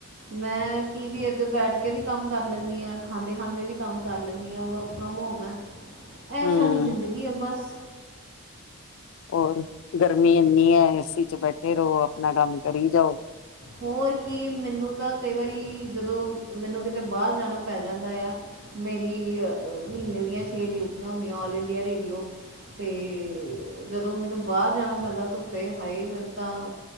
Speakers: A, on the right (about 55°); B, on the left (about 60°).
A: ਮੈਂ, ਟੀ ਵੀ ਅੱਗੇ ਬੈਠ ਕੇ ਵੀ ਕੰਮ ਕਰ ਲੈਂਦੀ ਹਾਂ। ਖਾਂਦੇ-ਖਾਂਦੇ ਵੀ ਕੰਮ ਕਰ ਲੈਂਦੀ ਹਾਂ, ਵਰਕ ਫਰੋਮ ਹੋਮ ਹੈ। ਐਸ਼
B: ਹਮ
A: ਵਾਲੀ ਜ਼ਿੰਦਗੀ ਹੈ ਬਸ।
B: ਔਰ, ਗਰਮੀ ਇੰਨੀ ਹੈ ਏਸੀ 'ਚ ਬੈਠੇ ਰਹਵੋ, ਆਪਣਾ ਕੰਮ ਕਰੀ ਜਾਓ।
A: ਹੋਰ ਕੀ ਮੈਨੂੰ ਤਾਂ ਕਈ ਵਾਰੀ, ਜਦੋਂ ਮੈਨੂੰ ਕਿਤੇ ਬਾਹਰ ਜਾਣਾ ਪੈ ਜਾਂਦਾ ਆ। ਮੇਰੀ ਮਹੀਨੇ ਦੀਆਂ ਛੇ ਡਿਊਟੀਆਂ ਹੁੰਦੀਆਂ, ਆਲ ਇੰਡੀਆ ਰੇਡੀਓ। ਤੇ ਜਦੋਂ ਮੈਨੂੰ ਬਾਹਰ ਜਾਣਾ ਪੈਂਦਾ, ਧੁੱਪੇ ਹਾਏ, ਮੈਨੂੰ ਤਾਂ